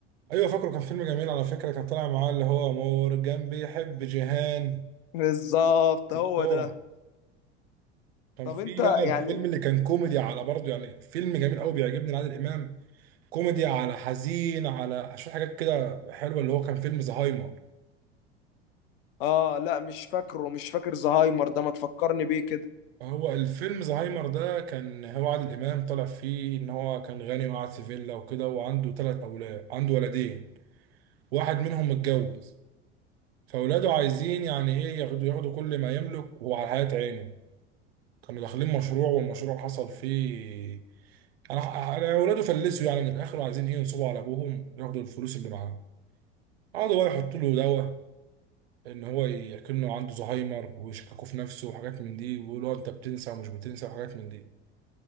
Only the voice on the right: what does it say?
ايوه فاكره كان فيلم جميل على فكرة كان طالع معاه اللي هو مورجان بيحب جيهان
دكتورة
كان
في
بقى الفيلم
اللي كان كوميدي على برضه يعني فيلم جميل قوي بيعجبني لعادل امام كوميدي على حزين على شوية حاجات كده حلوة اللي هو كان فيلم زهايمر
هو الفيلم زهايمر ده كان هو عادل إمام طلع فيه إن هو كان غني وقاعد في فيلا وكده وعنده تلات أولاد عنده ولدين واحد منهم متجوز فأولاده عايزين يعني إيه ياخدوا ياخدوا كل ما يملك وعلى حياة عينه كانوا داخلين مشروع والمشروع حصل فيه أنا أنا أولاده فلسوا يعني من الآخر وعايزين إيه ينصبوا على أبوهم ياخدوا الفلوس اللي معاه قعدوا بقى يحطوا له دواء ان هو يكنه عنده زهايمر ويشككوا في نفسه وحاجات من دي ويقولوا انت بتنسى ومش بتنسى وحاجات من دي